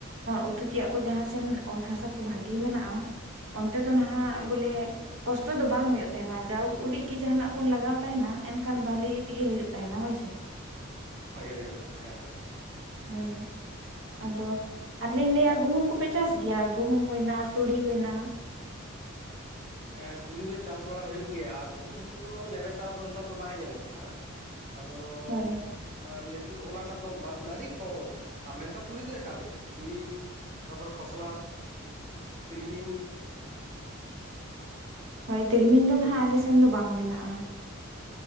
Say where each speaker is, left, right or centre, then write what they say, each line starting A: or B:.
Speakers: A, on the right (about 65°); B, on the right (about 40°).
A: ᱩᱛᱩ ᱛᱮᱭᱟᱜ ᱠᱚ ᱡᱟᱦᱟᱸ ᱥᱮᱱ ᱚᱛ ᱦᱟᱥᱟ ᱠᱚ ᱵᱷᱟᱜᱮ ᱢᱮᱱᱟᱜᱼᱟ ᱚᱱᱛᱮ ᱫᱚ ᱱᱟᱦᱟᱸᱜ ᱵᱚᱞᱮ ᱠᱚᱥᱴᱚ ᱫᱚ ᱵᱟᱝ ᱦᱩᱭᱩᱜ ᱛᱟᱦᱮᱱᱟ ᱡᱟᱣ ᱩᱰᱤᱡ ᱜᱮ ᱡᱟᱦᱟᱸᱱᱟᱜ ᱵᱚᱱ ᱞᱟᱜᱟᱣ ᱛᱟᱦᱮᱱᱟ ᱮᱱᱠᱷᱟᱱ ᱵᱷᱟᱞᱤ ᱛᱮᱜᱮ ᱦᱩᱭᱩᱜ ᱛᱟᱦᱮᱱᱟ ᱦᱳᱭ ᱥᱮ
B: ᱵᱷᱟᱜᱮ ᱛᱮᱜᱮ ᱦᱩᱭᱩᱜ ᱛᱟᱦᱮᱸᱜ ᱦᱮᱸ ᱦᱮᱸ
A: ᱦᱳᱭ ᱟᱫᱚ ᱟᱨᱞᱤᱧ ᱞᱟᱹᱭᱟ ᱜᱩᱦᱩᱢ ᱠᱚᱯᱮ ᱪᱟᱥ ᱜᱮᱭᱟ ᱜᱩᱦᱩᱢ ᱦᱩᱭᱱᱟ ᱛᱩᱲᱤ ᱦᱩᱭᱱᱟ
B: ᱦᱮᱸ ᱛᱩᱲᱤ ᱫᱚ ᱪᱟᱥ ᱵᱟᱲᱟ ᱜᱮᱭᱟ ᱟᱨ ᱜᱩᱦᱩᱢ ᱫᱚ ᱱᱮᱵᱮᱛᱟᱨ ᱫᱚ ᱱᱮᱛᱟᱨ ᱫᱚ ᱵᱟᱭ ᱧᱮᱞᱚᱜ ᱠᱟᱱᱟ ᱟᱫᱚ
A: ᱦᱳᱭ
B: ᱻ ᱱᱤᱛᱳ ᱫᱚ ᱚᱱᱟᱴᱟᱜ ᱫᱚ ᱟᱹᱰᱤ ᱠᱚᱢ ᱢᱮᱱᱠᱷᱟᱱ ᱛᱩᱲᱤ ᱫᱚ ᱮᱠᱟᱞᱜᱮ ᱛᱩᱲᱤ ᱾ ᱛᱟᱯᱚᱨ ᱠᱷᱚᱥᱞᱟ, ᱛᱤᱞᱢᱤᱧ ᱾
A: ᱦᱳᱭ ᱛᱤᱞᱢᱤᱧ ᱫᱚ ᱱᱟᱦᱟᱜ ᱟᱞᱮ ᱥᱮᱱ ᱫᱚ ᱵᱟᱝ ᱢᱮᱱᱟᱜᱼᱟ ᱾